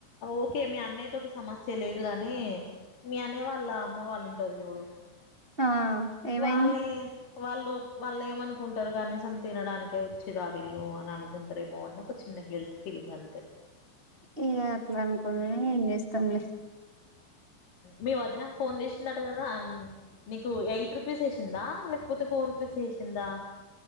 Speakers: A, on the left (about 50°); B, on the right (about 80°).
A: ఓకే మీ అన్న తోటి సమస్య లేదు గాని మీ అనే వాళ్ళ అమ్మ వాళ్ళుంటారు చూడు
B: ఆ ఏమైంది.
A: వాళ్ళే వాళ్ళు వాళ్ళు ఏమనుకుంటారు కనీసం తినడానినికే వచ్చిర్ర వీళ్ళు అని అనుకుంటారేమో అన్న ఒక చిన్న గిల్ట్ ఫిలింగ్ అంతే.
B: ఇంగ అట్లా అనుకున్నా ఏం చేస్తాంలే.
A: మీ వదినకి ఫోన్ చేసి ందట కదా నీకు ఎయిట్ రుపీస్ వేసిందా లేకపోతే ఫోర్ రుపీస్ వేసిందా.